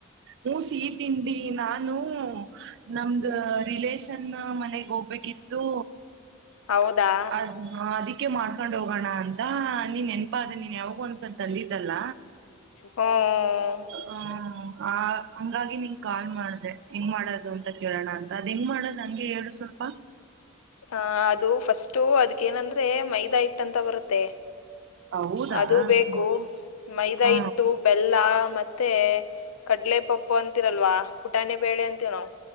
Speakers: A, on the right; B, on the left.
A: ಹೂ ಸಿಹಿ ತಿಂಡಿ ನಾನು ನಮ್ದ ರಿಲೇಶನ್ ಮನೆಗ ಹೋಗ್ಬೇಕಿತ್ತು.
B: ಹೌದಾ
A: ಅದ ಮಾಡಿ ಅದಕ್ಕೆ ಮಾಡ್ಕೊಂಡ ಹೋಗೋಣ ಅಂತ ನೀನ. ನೆನಪಾದೆ ನೀನ ಯಾವಾಗೋ ಒಂದಸಲಿ. ತಂದಿದ್ದಲ್ಲ.
B: ಹೂ ಹೂ ಹೂ.
A: ಹ ಆ ಹಂಗಾಗಿ ನಿಂಗ ಕಾಲ್ ಮಾಡ್ದೆ. ಹೆಂಗ ಮಾಡೋದು ಅಂತ ಕೇಳೋಣ ಅಂತ. ಅದ ಹೆಂಗ ಮಾಡೋದು ಹಂಗೆ ಹೇಳು ಸ್ವಲ್ಪ.
B: ಆ ಅದು ಫಸ್ಟು ಅದಕ್ಕೇನಂದ್ರೆ ಮೈದಾ ಹಿಟ್ಟ ಅಂತ ಬರತ್ತೆ.
A: ಹೌದಾ
B: ಅದು ಬೇಕು ಮೈದಾ
A: ಹಾ
B: ಹಿಟ್ಟು, ಬೆಲ್ಲ ಮತ್ತೆ. ಮತ್ತೆ. ಕಡ್ಲೆ ಪಪ್ಪು ಅಂತಿರಲ್ವಾ. ಪುಟಾನೇ ಬೇಳೆ ಅಂತೀವಿ ನಾವು.